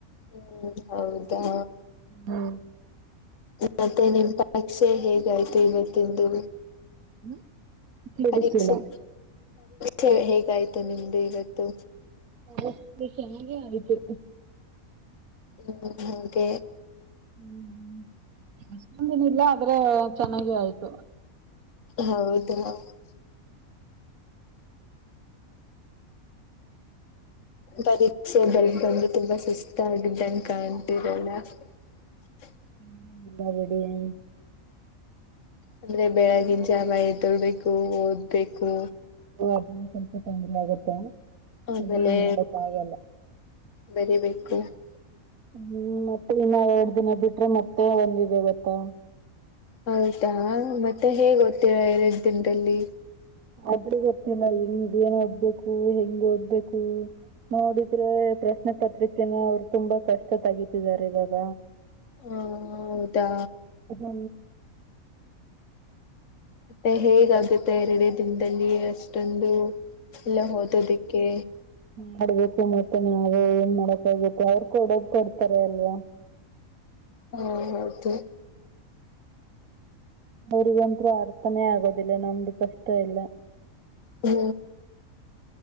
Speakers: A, on the left (about 60°); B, on the right (about 80°).
A: ಹ್ಮ್ ಹೌದಾ?
B: ಹ್ಮ
A: ಮತ್ತೆ ನಿಮ್ ಪರಿಕ್ಷೆ ಹೇಗಾಯ್ತು ಇವತ್ತಿಂದು.
B: ಹೂ ಕೇಳಿಸಲಿಲ್ಲ.
A: ಪರೀಕ್ಷೆ ಪರೀಕ್ಷೆ ಹೇಗಾಯ್ತು ನಿಮ್ದು ಇವತ್ತು.
B: <unintelligible> ಚೆನ್ನಾಗೇ ಆಯ್ತು.
A: ಹೂ ಹಾಗೆ.
B: ಹೂ ಅಷ್ಟೊಂದಿನಲ್ಲ ಆದ್ರೆ ಚೆನ್ನಾಗೇ ಆಯ್ತು.
A: ಹೌದ <unintelligible> ಪರೀಕ್ಷೆ ಬರದ ಬಂದು ತುಂಬಾ ಸುಸ್ತ ಆಗಿದ್ದ ತನಕ ಅಂತು <unintelligible> ಅಲ್ಲ <unintelligible>
B: ಹ ಎಲ್ಲ ಬಿಡ <unintelligible>
A: ಅಂದ್ರೆ ಬೆಳಗಿನ ಜಾವ ಎದ್ದೇಳಬೇಕು ಬೇಕು
B: ಅದನ್ ಸ್ವಲ್ಪ ತೊಂದ್ರ ಆಗತ್ತೆ <unintelligible>
A: ಆಮೇಲೆ
B: ಆದ್ರೆ ಏನ್ ಮಾಡಕ್ ಆಗಲ್ಲ
A: ಬರಿ ಬೇಕ ಹ
B: ಹೂ ಮತ್ತೆ ಇನ್ನ ಎರಡ್ ದಿನ ಬಿಟ್ರೆ ಮತ್ತೆ ಒಂದಿದೆ ಗೊತ್ತಾ
A: ಹೌದಾ ಮತ್ತೆ ಮತ್ತೆ ಹೇಗೆ ಗೊತ್ತಿರ <unintelligible> ದಿನದಲ್ಲಿ
B: ಆದ್ರೂ ಗೊತ್ತಿಲ್ಲ ಹೆಂಗ್ ಏನ್ ಓದ್ಬೇಕು ಹೆಂಗ್ ಓದ್ಬೇಕು ನೋಡಿದ್ರೆ ಪ್ರಶ್ನೆ ಪತ್ರಿಕೆನ ಅವ್ರು ತುಂಬಾ ಕಷ್ಟ ತಗತಿದ್ದಾರೆ ಇವಾಗ
A: ಹಾ ಹೌದಾ
B: ಹು
A: ಮತ್ತೆ ಹೇಗ ಆಗುತ್ತೆ ಎರಡೇ ದಿನದಲ್ಲಿ ಅಷ್ಟೊಂದು ಇಲ್ಲ ಓದದ್ದಕ್ಕೆ
B: ಮಾಡಡ್ಬೇಕು ಮತ್ತೆ ನಾವು ಏನ್ ಮಾಡಕ್ ಆಗುತ್ತೆ ಅವ್ರ ಕೊಡಕ್ ಕೊಡ್ತಾರೆ ಅಲ್ವಾ
A: ಹಾ ಹೌದು
B: ಅವರಿಗ ಅಂತ್ರು ಅರ್ಥನೇ ಆಗಲ್ಲ ನಮ್ದು ಕಷ್ಟ ಎಲ್ಲಾ
A: ಹೂ